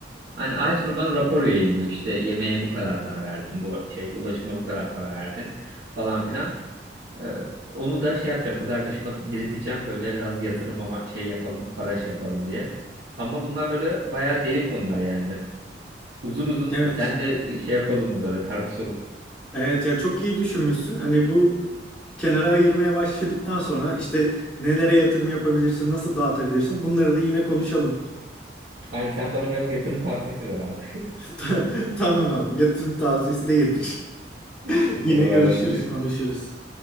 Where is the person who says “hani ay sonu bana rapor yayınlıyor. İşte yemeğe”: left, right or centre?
Right